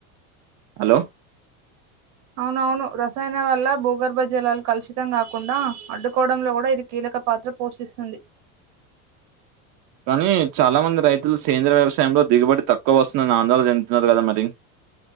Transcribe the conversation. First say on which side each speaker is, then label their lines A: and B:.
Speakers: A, on the right; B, on the right.
A: హలో
B: అవునవును రసాయన వల్ల భూగర్భ జలాలు కలుషితం కాకుండా అడ్డుకోవడంలో కూడా ఇది కీలక పాత్ర పోషిస్తుంది
A: కానీ చాలా మంది రైతులు సేంద్ర వ్యవసాయంలో దిగుబడి తక్కువ వస్తుందని ఆందోళన చెందుతున్నారు గదా మరి